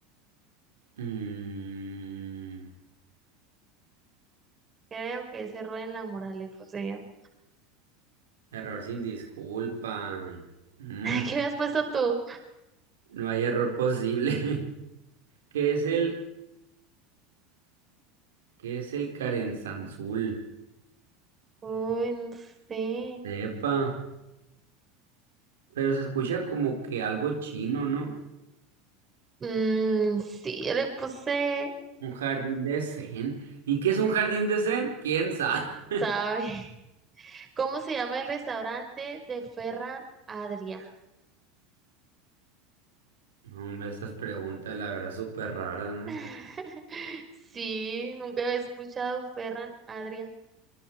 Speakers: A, on the right (about 90°); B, on the right (about 25°).
A: Mm,
B: Creo que es error en la moral y posesión.
A: error sin disculpa. Mm,
B: <laughs> ¿qué le has puesto tú?
A: no hay error posible. <laughs> ¿Qué es el, qué es el Carenzanzul?
B: Uy, no sé.
A: Epa, pero se escucha como que algo chino, ¿no?
B: Mm, sí, yo le puse,
A: Un jardín de zen. ¿Y qué es un jardín de zen? ¿Quién sabe? <laughs>
B: ¿sabe? <laughs> ¿Cómo se llama el restaurante de Ferran Adria?
A: No, hombre, estas preguntas, la verdad, súper raras, ¿no?
B: <laughs> Sí, nunca había escuchado Ferran Adria,